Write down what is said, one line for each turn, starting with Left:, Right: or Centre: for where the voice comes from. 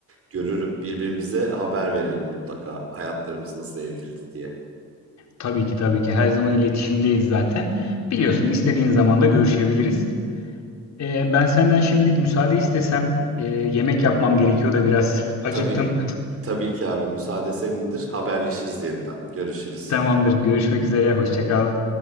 Right: görürüm. Birbirimize haber verelim mutlaka hayatlarımız nasıl evrildi diye.
Left: Tabii ki tabii ki her zaman iletişimdeyiz zaten. Biliyorsun istediğin zaman da görüşebiliriz. Ee, ben senden şimdilik müsaade istesem e, yemek yapmam gerekiyor da biraz acıktım.
Right: Tabii, tabii ki abi müsaade senindir. Haberleşiriz yeniden. Görüşürüz.
Left: <laughs> Tamamdır görüşmek üzere hoşça kal.